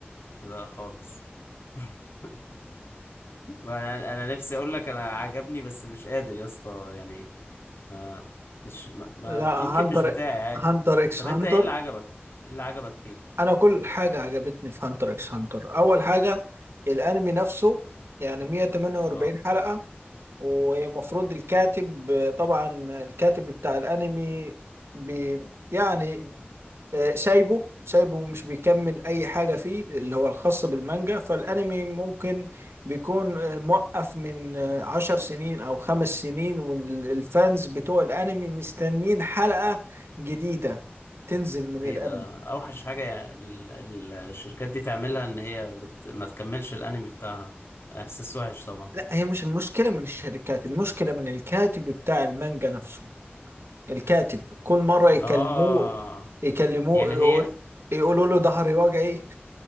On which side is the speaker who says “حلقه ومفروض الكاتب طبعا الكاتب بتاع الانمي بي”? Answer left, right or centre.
Right